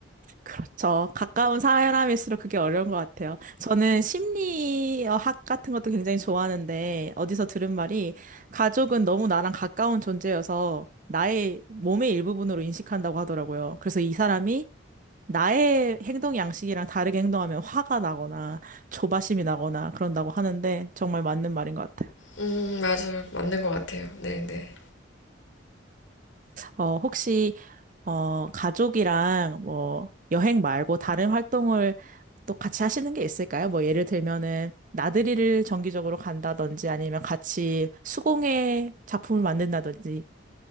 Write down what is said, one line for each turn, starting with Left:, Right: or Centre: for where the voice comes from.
Right: 그렇죠. 가까운 사람일수록 그게 어려운 것 같아요. 저는 심리학 같은 것도 굉장히 좋아하는데, 어디서 들은 말이, 가족은 너무 나랑 가까운 존재여서 나의 몸의 일부분으로 인식한다고 하더라고요. 그래서 이 사람이 나의 행동 양식이랑 다르게 행동하면 화가 나거나 조바심이 나거나 그런다고 하는데, 정말 맞는 말인 것 같아요.
Left: 음 맞아요 맞는 것 같아요. 네네.
Right: 어, 혹시 어, 가족이랑 뭐 여행 말고 다른 활동을 또 같이 하시는 게 있을까요? 뭐 예를 들면은 나들이를 정기적으로 간다든지 아니면 같이 수공예 작품을 만든다든지